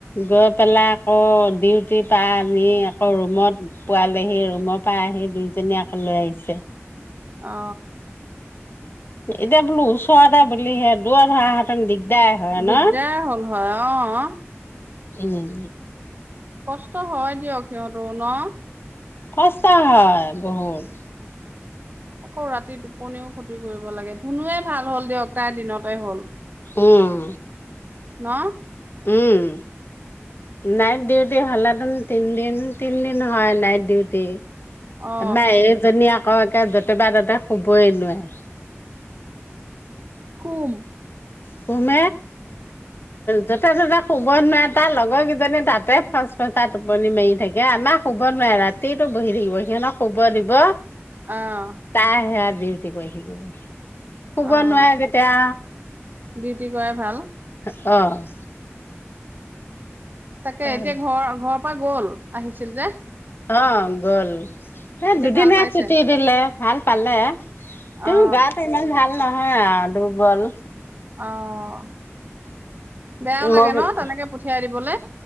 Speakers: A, on the left; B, on the right.
A: গৈ পেলাই আকৌ ডিউটিৰ পৰা আনি আকৌ ৰুমত পোৱালেহি ৰুমৰ পৰা আহি দুয়োজনী আকৌ লৈ আহিছে।
B: অ'।
A: এতিয়া বুলো ওচৰতে বুলি সেয়া দূৰত হোৱা হতেন দিগদাৰ। হয়
B: দিগদাৰ
A: ন?
B: হ'ল হয় অ'।
A: উম।
B: কষ্ট হয় দিয়ক সিহঁতৰো ন
A: সস্তা হয় বহুত।
B: আকৌ ৰাতি টোপনিও ক্ষতি কৰিব লাগে। শুনোৱে ভাল হ'ল দিয়ক তাই দিনত। তাই হ'ল।
A: উম।
B: ন
A: উম নাইট ডিউটি হলে তিনদিন তিনদিন হয় নাইট ডিউটি।
B: অ
A: আমাৰ এইজনীয়ে। অ' য'তে বা ততে শুবই নোৱাৰে।
B: শুম।
A: শুম। যতে ততে। শুবই নোৱাৰে তাৰ লগৰ কেইজনী তাতে ফচ ফচাই টোপনি মাৰি থাকে আমাক শুব নোৱাৰে ৰাতিতটো বহি থাকিব। সিহতক শুৱ দিব।
B: অ'।
A: তাই সেয়া ডিউটি কৰি থাকিব। শুব
B: অ'
A: নোৱাৰে যেতিয়া
B: ডিউটি কৰাই ভাল।
A: অ'।
B: তাকে
A: তাৰ
B: এতিয়া ঘৰ ঘৰ, পৰা গ'ল আহিছিল যে।
A: অ গ'ল। এ
B: এতিয়া
A: দুদিহে
B: ভাল পাইছে
A: ছুটি দিলে ভাল পালে তেওঁ
B: অ
A: গাত ইমান ভাল। নহয় আও দুৰ্বল।
B: অ', বেয়াও লাগে
A: মই বোলো
B: ন তেনেকে পঠিয়াই দিবলে?